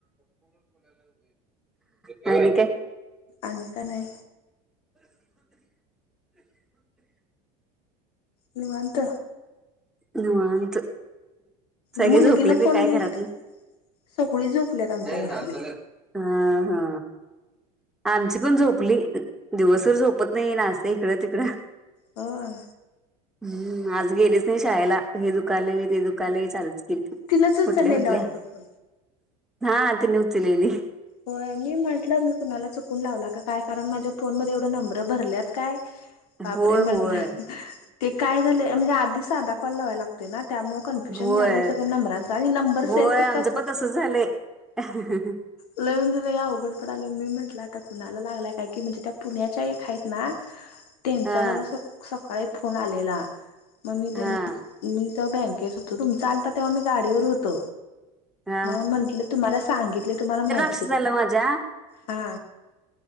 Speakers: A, in the centre; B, on the left.
A: काय तें?
B: आणि कं नाय. निवांत.
A: निवांत सगळे
B: मुलगीनं
A: झोपले ते
B: फोन
A: काय
B: घेत
A: घरातन.
B: सगळी झोपल्यात आमच्या
A: हा
B: घरातली
A: हा. आमची पण झोपली दिवसभर झोपत नाही ना अस इकडं तिकडं
B: हो
A: हम्म आज गेलीच नाही शाळेला हे दुकान मी ते दुकानल आहे चाल
B: तिनंच उचललेलं
A: कुठल्या कुठल्या
B: वाटतं फोन
A: हा तिने उचलेली.
B: हो मी म्हंटलं मी कुणाला चुकून लावला का काय कारण माझ्या फोन मध्ये एवढं नंबर भरल्यात काय बाबरे
A: होय होय.
B: म्हटलं ते काय झालं म्हणजे आधी साधा कल लावायला लागतोय ना त्यामुळे कन्फ्युजन
A: होय
B: व्हाला सगळ नंबरांचा आणि नंबर
A: होय
B: सेव्ह तर
A: आमचं
B: कस
A: पण तसच <unintelligible>
B: लवीन तला या उघड पडाले मी म्हटलं आत आता कुणाला लागलाय काय की म्हणजे त्या पुण्याच्या एक आहेत ना त्यांच
A: हा
B: मला स सकाळी फोन आलेला मग मी त्यां
A: हा
B: मी जेव बँकेत होतो तुम चालता तेव्हा मी गाडीवर होतो.
A: हा
B: मग म्हंटलं तुम्हाला सांगितले तुम्हाला माहि
A: लक्षसल माजा
B: हा